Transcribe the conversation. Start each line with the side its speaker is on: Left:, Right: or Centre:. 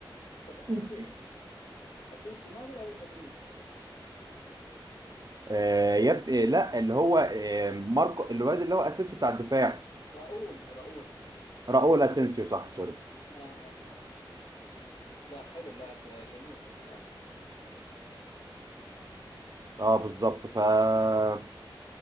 Left: طب اسينسيو
Right: <laughs>
Left: اسينسيو ما بيلعب بمدريد هسه
Right: آه يب... آه لا اللي هو آه ماركو الواد اللي هو اسيسو بتاع الدفاع
Left: راؤول راؤول
Right: راؤول اسينسيو صح سوري
Left: اه اه اه لا حلو اللاعب جميل للامانه
Right: اه بالظبط فعادي